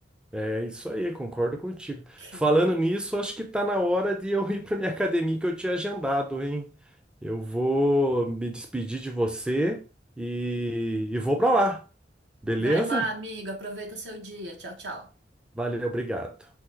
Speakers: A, in the centre; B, on the right (about 70°).
A: É isso aí, concordo contigo.
B: <laughs>
A: Falando nisso, acho que tá na hora de eu ir pra minha academia que eu tinha agendado, hein? Eu vou me despedir de você e, e vou pra lá, beleza?
B: Vai lá, amigo, aproveita seu dia. Tchau, tchau.
A: Valeu, obrigado.